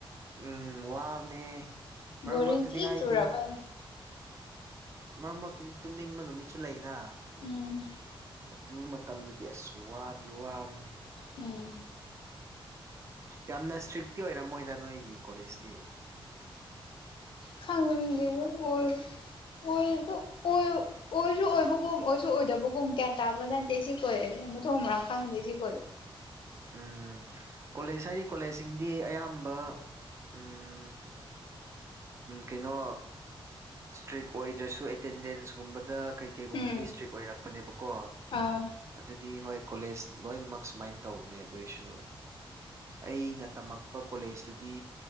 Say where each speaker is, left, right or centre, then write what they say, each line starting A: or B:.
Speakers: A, on the right; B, on the left.
A: ꯎꯝ ꯋꯥꯕꯅꯦꯍꯦ
B: ꯕꯣꯔꯤꯡ
A: ꯃꯔꯛ ꯃꯔꯛꯇꯗꯤ
B: ꯊꯤ
A: ꯍꯥꯏꯗꯤ꯫
B: ꯆꯨꯔꯕ
A: ꯃꯔꯛ ꯃꯔꯛꯇꯗꯤ ꯇꯨꯝꯅꯤꯡꯕ ꯅꯨꯃꯤꯠꯁꯨ ꯂꯩꯅ
B: ꯎꯝ
A: ꯑꯗꯨ ꯃꯇꯝꯗ ꯑꯁ ꯋꯥꯗꯤ ꯋꯥꯕꯅꯦ꯫
B: ꯎꯝ
A: ꯌꯥꯝꯅ ꯁꯇ꯭ꯔꯤꯛꯇꯤ ꯑꯣꯏꯔꯝꯃꯣꯏꯗ ꯅꯣꯏꯒꯤ ꯀꯣꯂꯦꯖꯇꯤ꯫
B: ꯈꯪꯗꯦ ꯑꯣꯏ ꯑꯣꯏꯖꯨ ꯑꯣꯏ ꯑꯣꯏꯁꯨ ꯑꯣꯏꯕꯒꯨꯝ ꯑꯣꯏꯁꯨ ꯑꯣꯏꯗꯕꯒꯨꯝ ꯒ꯭ꯌꯥꯟ ꯇꯥꯕ ꯅꯠꯇꯦ ꯁꯤ ꯀꯣꯂꯦꯖ ꯃꯊꯣꯡ ꯃꯔꯥꯡ ꯈꯪꯗꯦ ꯁꯤ ꯀꯣꯂꯦꯖ꯫
A: ꯎꯝ ꯀꯣꯂꯦꯖ ꯍꯥꯏꯗꯤ ꯀꯣꯂꯦꯖꯁꯤꯡꯗꯤ ꯑꯌꯥꯝꯕ ꯎꯝ ꯀꯩꯅꯣ ꯁꯇ꯭ꯔꯤꯛ ꯑꯣꯏꯗ꯭ꯔꯁꯨ ꯑꯦꯇꯦꯟꯗꯦꯟꯁꯀꯨꯝꯕꯗ ꯀꯩ ꯀꯩꯒꯨꯝꯕꯗꯤ
B: ꯎꯝ
A: ꯁꯇ꯭ꯔꯤꯛ ꯑꯣꯏꯔꯛꯄꯅꯦꯕꯀꯣ꯫
B: ꯑꯥ
A: ꯑꯗꯨꯗꯤ ꯍꯣꯏ ꯀꯣꯂꯦꯖ ꯂꯣꯏꯅꯃꯛ ꯁꯨꯃꯥꯏꯟ ꯇꯧꯕꯅꯦ ꯑꯗꯨꯏꯁꯨ꯫ ꯑꯩꯅ ꯇꯝꯃꯛꯄ ꯀꯣꯂꯦꯖꯇꯨꯗꯤ